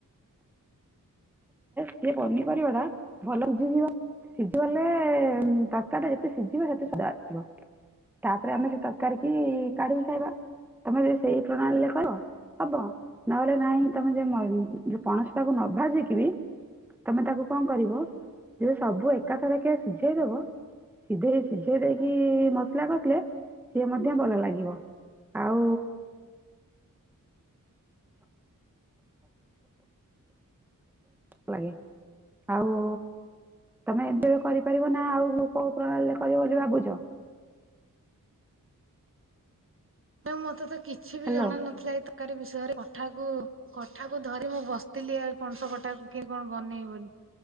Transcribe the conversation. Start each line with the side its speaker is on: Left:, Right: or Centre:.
Centre: ସେ ପନିପରିବା ଟା ଭଲ ଭଜିଯିବ। ସିଝିଗଲେ ତରକାରୀ ଟା ଯେତେ ସିଝିବ ସେତେ ସୁଧା ଆସିବ। ତାପରେ ଆମେ ସେ ତରକାରୀ କି କାଢିକି ଖାଇବା ତମେ ଯଦି ସେଇ ପ୍ରଣାଳୀରେ କର। ହବ ନହେଲେ ନାଇ ତମେ ଯ ଯ ପଣସ ତାାକୁ ନ ଭାଜିକ ବି। ତମେ ତାକୁ କଣ କରିବ ଯେ ସବୁ ଏକାଥରେ କି ସିଝେଇଦବ। ସିଝେଇ ସିଝେଇ ଦେଇକି ମସଲା କସିଲେ ସିଏ ମଧ୍ୟ ଭଲ ଲାଗିବ। ଆଉ। ଲାଗେ ଆଉ। ତମେ ଏବେ ବି କରିପାରିବ ନା ଆଉଉ କୋଉ ପ୍ରଣାଳୀରେ କରିବ ବୋଲି ଭାବୁଛ।
Right: ମତେ ତ କିଛି ବି
Centre: ହ୍ୟାଲୋ
Right: ଜଣ ନଥିଲା ଏଇ ତରକାରୀ ବିଷୟରେ କଠାକୁ। କଠା କୁ ଧରି ମୁଁ ବସିଥିଲି ଆଉ ପଣସ କଠାକୁ କିଏ କଣ ବନେଇବ ବୋଲି।